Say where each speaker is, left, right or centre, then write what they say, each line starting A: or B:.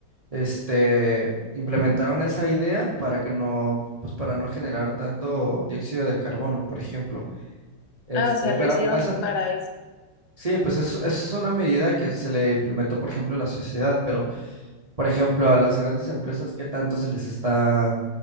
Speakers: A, on the right (about 40°); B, on the left (about 70°).
A: este, implementaron esa idea para que no, pues para no generar tanto dióxido de carbono, por ejemplo. Este,
B: Ah, o sea,
A: pero
B: lo hicieron
A: ¿has,
B: para eso.
A: Sí, pues es, es una medida que se le implementó, por ejemplo, a la sociedad, pero, por ejemplo, a las grandes empresas, ¿qué tanto se les está,